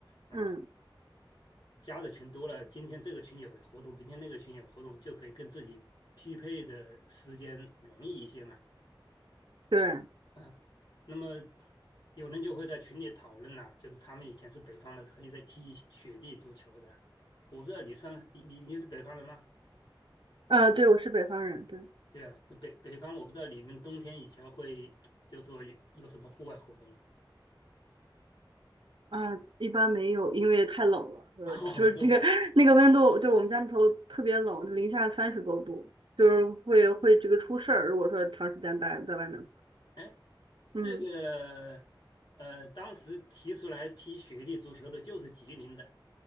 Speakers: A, on the left; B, on the right.
A: 啊、
B: 嗯，
A: 加的群多了，今天这个群有活动，明天那个群有活动，就可以跟自己匹配的时间容易一些嘛。
B: 对，
A: 啊，那么有人就会在群里讨论了，就是他们以前是北方的，可以在踢雪地足球的。我不知道你算你你你是北方人吗？
B: 呃，对，我是北方人，对，
A: 对啊，北北方我不知道你们冬天以前会就说有有什么户外活动吗？
B: 啊、一般没有，因为太冷了，
A: <laughs>
B: 呃，
A: 哦，
B: 就是这个
A: 都不，
B: <laughs> 那个温度，对，我们家里头特别冷，零下三十多度，就是会会这个出事儿，如果说长时间待在外面，
A: 哎，
B: 嗯。
A: 这个呃，当时提出来踢雪地足球的就是吉林的，